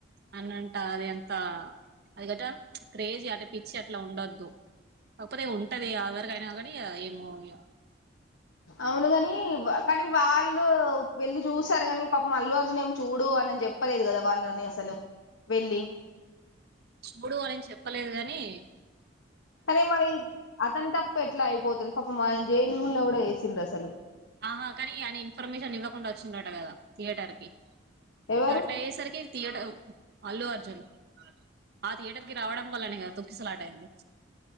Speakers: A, on the right; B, on the left.
A: అన్నంట అది అంత అది గటా ప్చ్ క్రేజ్ అది పిచ్చి అట్ల ఉండొద్దు కాకపోతే ఉంటది ఎవరకయినా గాని ఏమో ఇగ
B: అవును గని వ కానీ వాళ్ళు వెళ్ళి జూసారు గని పాపం అల్లు అర్జున్ ఏమి చూడు అనని చెప్పలేదు కదా వాళ్ళని అసలు వెళ్ళి
A: చూడు అనని చెప్పలేదు గని
B: అరే మరి అతని తప్ ఎట్లా అయిపోతది పాప అయినన్ జేన్ లో గూడా ఏసిండు అసలు
A: ఆహా కానీ అన ఇన్ఫర్మేషన్ ఇవ్వకుండా వచ్చిండట గద థియేటర్ కి
B: ఎవరు
A: ఇ అట్ల అయ్యేసరికి తీయడం అల్లు అర్జున్ ఆ థియేటర్ కి రావడం వల్లనే గదా తొక్కిసలాట అయ్యింది